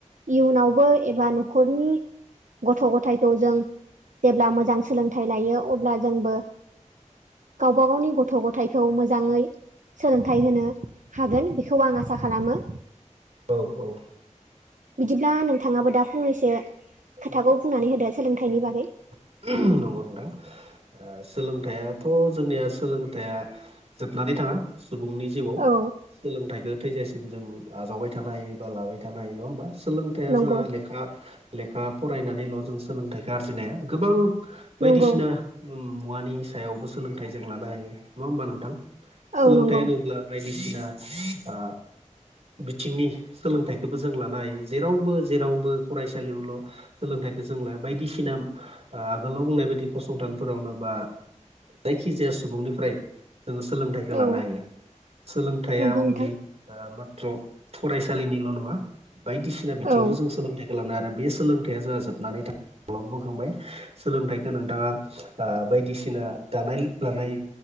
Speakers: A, on the right (about 70°); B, on the right (about 55°).
A: इयुनावबो एबा न'खरनि गथ' गथायखौ जों जेब्ला मोजां सोलोंथाइ लायो अब्ला जोंबो गावब गावनि गथ' गथाय खौ मोजाङै सोलोंथाइ होनो हागोन बेखौ आं आसा खालामो।
B: औ औ।
A: बिदिब्ला नोंथाङाबो दा फंनैसो खोथाखौ
B: औ
A: बुंनानै होदो सोलोंथाइनि बागै।
B: उम नंगौ नोंथां। सोलोंथाइयाथ' जोंनिया सोलोंथाइया जोबनानै थाङा। सुबुंनि जिउआव
A: औ
B: सोलोंथाइखौ थैजासिम जों आजावबाय थानो हायो बा लाबाय थानो हायो नङा होमबा? सोलोंथाइया
A: नंगौ
B: जोंहा लेखा लेखा फरायनानैल' जों सोलोंथाइखौ आरजिनो हाया। गोबां बायदिसिना
A: नंगौ
B: उम मुवानि सायावबो सोलोंथाइ जों लानो हायो नङा होमबा नोंथां?
A: औ
B: सोलोंथाइ
A: नंगौ
B: होनोब्ला बायदिसिना आ बिथिंनि सोलोंथाइखौबो जों लानो हायो। जेरावबो जेरावबो फरायसालियावल' सोलोंथाइखौ जों लाया बायदिसिना आगोलाव बुंनाय बायदि फसंथानफोरावनो बा जायखिजाया सुबुंनिफ्राय जोङो सोलोंथाइखौ लानो
A: औ
B: हायो। सोलोंथाइया
A: नंगौ
B: अनलि
A: नोंथां
B: ओ माथ्र' फरायसालिनिल' नङा बायदिसिना बिथिङावबो
A: औ
B: जों सोलोंथाइखौ लानो आरो बे सोलोंथाइया जोंहा जोबनानै थाङ खालामबोखांबाय सोलोंथाइखौ नोंथाङा बायदिसिना दानाय लुनाय